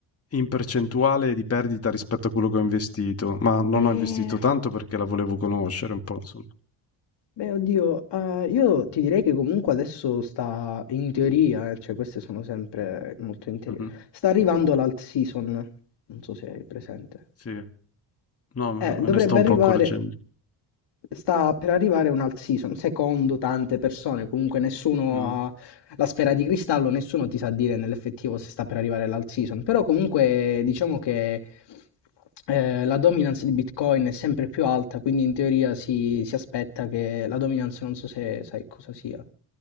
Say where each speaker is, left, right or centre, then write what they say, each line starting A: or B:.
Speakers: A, on the left; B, on the left.
A: in percentuale di perdita rispetto a quello che ho investito, ma non
B: Eh,
A: ho investito tanto perché la volevo conoscere un po' insomma.
B: Beh, oddio, eh, io ti direi che comunque adesso sta in teoria, eh, cioè queste sono sempre molto in teoria.
A: Mh-mh.
B: Sta arrivando l'alt season, non so se hai presente.
A: Sì, no, me
B: Eh,
A: me
B: dovrebbe
A: ne sto un
B: arrivare,
A: po' accorgendo.
B: sta per arrivare un'alt season, secondo tante persone, comunque nessuno
A: Mh,
B: ha la sfera di cristallo, nessuno ti sa dire nell'effettivo se sta per arrivare l'alt season, però comunque diciamo che eh, la dominance di Bitcoin è sempre più alta, quindi in teoria si, si aspetta che la dominance, non so se sai cosa sia,